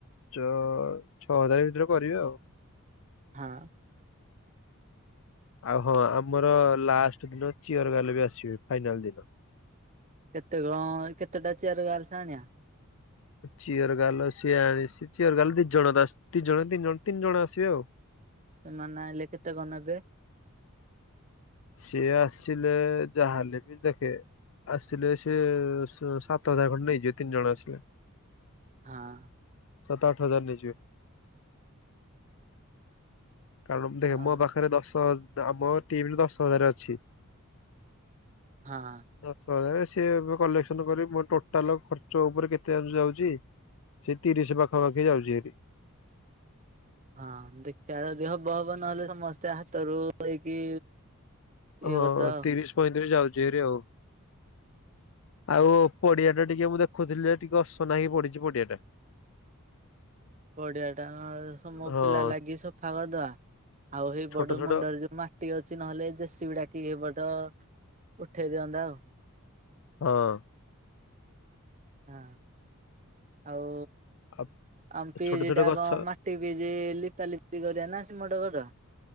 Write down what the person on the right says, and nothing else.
ହଁ।
କେତେ କଣ କେତେଟା ଚେୟାର ଗଲଛ ଆଣିବା?
ସେମାନେ ଆଇଲେ କେତେ କଣ ନେବେ?
ହଁ।
ହଁ
ହଁ।
ହଁ ଦେଖିବା ଯଦି ହବ ହବ ନହେଲେ ସମସ୍ତେ ହାତରୁ ହେଇକି ଇଏ
କରିଦବା
ପଡିଆ ଟା ନ ମୋ
ପିଲା ଲାଗି ସଫା କରିଦବା ଆଉ ସେଇ
ବଡ
ମୁଣ୍ଡରେ ଯୋଉ ମା ଟି ଅଛି ନହେଲେ ସିଉ ଡାକି ସେପଟ ଉଠେଇ ଦିଅନ୍ତା ଆଉ।
ହଁ ଆଉ
ଆମ ପିରିଟା
କଣ ମା <unintelligible> ଲିପାଲିିପି କରିବା ନା ସିମେଣ୍ଟ କରିଦବା।